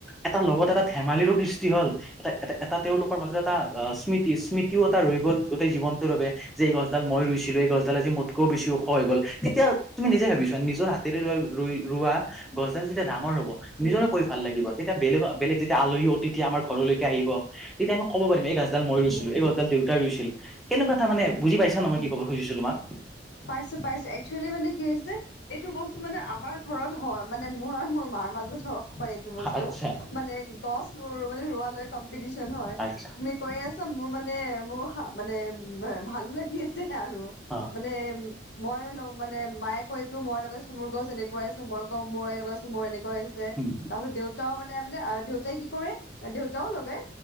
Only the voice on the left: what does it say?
উম
উম উম
উম,
পাইছো পাইছো একচুৱেলি মানে কি হৈছে। এইটো বস্তু মানে আমাৰ ঘৰত হয়, মানে, মোৰ আৰু মোৰ মাৰ মাজত হয়। হয় এইটো বস্তু
মানে গছ মানে ৰোৱালৈ কম্পিটিচন হয়
তুমি কৈ আছা। মোৰ মানে মোৰ মানে ভালো লাগি আছে আৰু।
মানে উ, মই মানে মায়ে কয়টো মোৰ লগত চুমুৰ গছ এনেকুৱা - আছো মই ক মই এনেক কৈছো মোৰ এনেকুৱাছে।
তাৰপাছত দেউতাও মানে মানে দেউতাই কি কৰে, দেউতাও লগাই